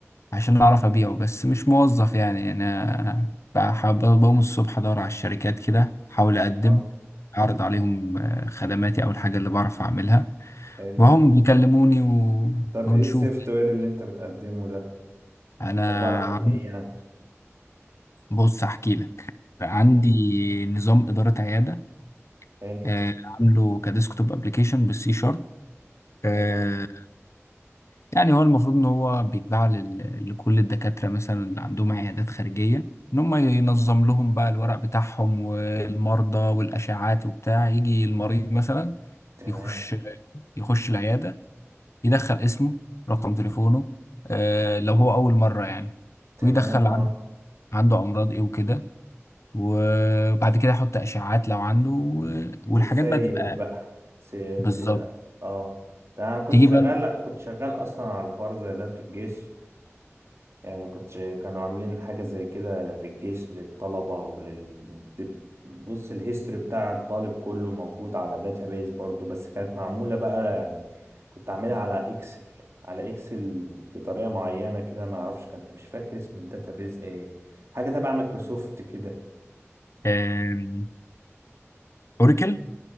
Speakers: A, on the left; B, on the right.
A: عشان أعرف أبيعه بس مش موظف يعني أنا بح- بقوم الصبح أدور على الشركات كده أحاول أقدم
B: اه
A: أعرض عليهم آه، خدماتي أو الحاجة اللي بعرف أعملها
B: حلو
A: وهم
B: الكلام
A: بيكلموني
B: ده.
A: و...
B: طب
A: ونشوف
B: ايه السوفت وير اللي انت بتقدمه ده
A: أنا
B: عباره عن ايه يعني
A: بص احكي لك عندي نظام إدارة عيادة
B: حلو
A: آه، عامله كديسكتوب ابلكيشن بالسي شارب آه،
B: تمام
A: يعني هو المفروض ان هو بيتباع لل- لكل الدكاترة مثلا اللي عندهم عيادات خارجية ان هم ينظم لهم بقى الورق بتاعهم والمرضى والاشعات وبتاع يجي المريض مثلا
B: تمام
A: يخش يخش العيادة يدخل اسمه رقم تليفونه آه، لو هو اول مرة يعني
B: تمام
A: ويدخل
B: اه
A: عن- عنده امراض ايه وكده وبعد كده احط اشعاعات لو عنده و-
B: بتتسيب
A: والحاجات بقى تبقى
B: بقى سيب
A: بالظبط
B: اه ده انا كنت
A: تيجي
B: شغال
A: بقى
B: كنت شغال اصلا على حوار زي ده في الجيش يعني كنت ش- كانوا عاملين حاجة زي كده في الجيش للطلبة ولل تب- بص الهيستوري بتاع الطالب كله موجود على داتابيز برضو بس كانت معمولة بقى يعني كنت عاملها على اكسل على اكسل بطريقة معينة كده ما اعرفش كنت مش فاكر اسم الداتابيز ايه حاجة تبع مايكروسوفت كده
A: آم، اوراكل